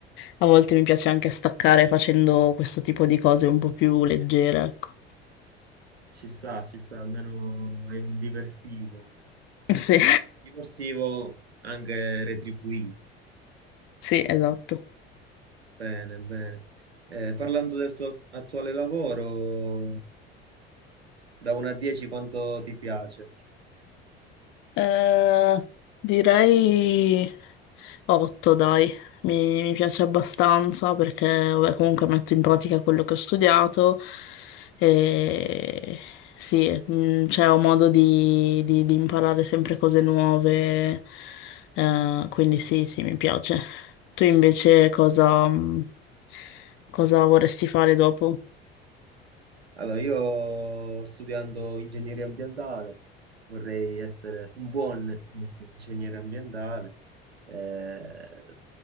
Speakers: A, on the left; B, on the right.
A: A volte mi piace anche staccare facendo questo tipo di cose un po' più leggere, ecco.
B: Ci sta, ci sta, almeno è un diversivo.
A: Sì,
B: Divorsivo anche retribuito.
A: <laughs> sì, esatto.
B: Bene, bene. Eh, parlando del tuo attuale lavoro, da 1 a 10 quanto ti piace?
A: Eh, direi. 8, dai, mi, mi piace abbastanza perché vabbè, comunque metto in pratica quello che ho studiato e sì, mm, cioè, ho modo di, di- di imparare sempre cose nuove, eh, quindi sì, sì, mi piace. Tu invece cosa, mm, cosa vorresti fare dopo?
B: Allora, io studiando ingegneria ambientale vorrei essere un buon ingegnere ambientale, eh,